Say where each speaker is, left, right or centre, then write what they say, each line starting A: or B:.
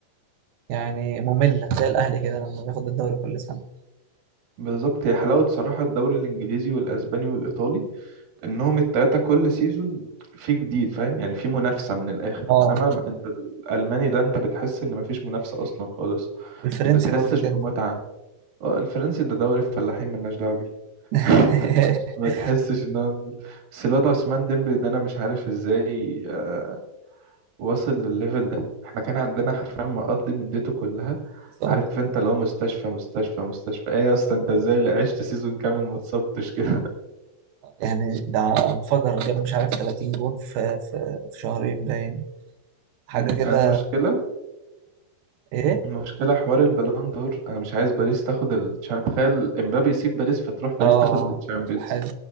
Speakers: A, on the right; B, on the right.
A: يعني مملة زي الأهلي كده لما بياخد الدوري كل سنة
B: بالظبط هي حلاوة صراحة الدوري الإنجليزي والأسباني والإيطالي انهم التلاتة كل سيزون في جديد فاهم يعني في منافسة من الاخر
A: اه
B: انما انت الالماني ده انت بتحس ان مفيش منافسة اصلا خالص
A: والفرنسي
B: ما بتحسش
A: برضو كده
B: بمتعة اه الفرنسي ده دوري الفلاحين ملناش دعوة بيه <laughs>
A: <laughs>
B: ما تحسش ان هو بس الواد عثمان ديمبلي ده انا مش عارف ازاي آه، واصل للليفل ده احنا كان عندنا حرفيا مقضي مدته كلها
A: صعب
B: عارف انت اللي هو مستشفى مستشفى مستشفى ايه يا اسطى انت ازاي عشت سيزون كامل ما اتصبتش كده
A: يعني ده انفجر جاب مش عارف 30 جون في في, في شهرين باين حاجة
B: <laughs> أمم،
A: كده
B: المشكلة
A: ايه
B: المشكلة حوار البالون دور أنا مش عايز باريس تاخد ال... تشام- تخيل إمبابي يسيب باريس فتروح باريس
A: اه
B: تاخد التشامبيونز
A: حلو